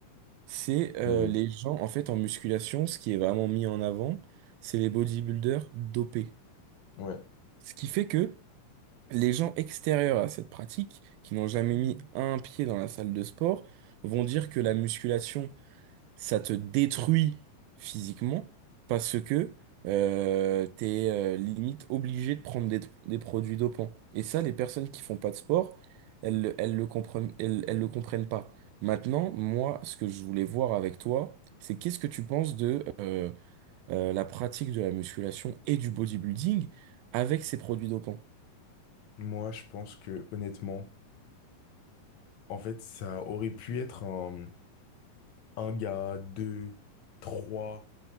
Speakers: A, on the right (about 85°); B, on the left (about 70°).
A: C'est euh,
B: Euh,
A: les gens, en fait, en musculation, ce qui est vraiment mis en avant, c'est les bodybuilders dopés.
B: ouais.
A: Ce qui fait que les gens extérieurs à cette pratique, qui n'ont jamais mis un pied dans la salle de sport, vont dire que la musculation, ça te détruit physiquement parce que euh, t'es euh, limite obligé de prendre des, des produits dopants. Et ça, les personnes qui font pas de sport, elles, le- elles le comprennent, elles, elles le comprennent pas. Maintenant, moi, ce que je voulais voir avec toi, c'est qu'est-ce que tu penses de euh, euh, la pratique de la musculation et du bodybuilding avec ces produits dopants?
B: Moi, je pense que honnêtement, En fait, ça aurait pu être un, un gars, deux, trois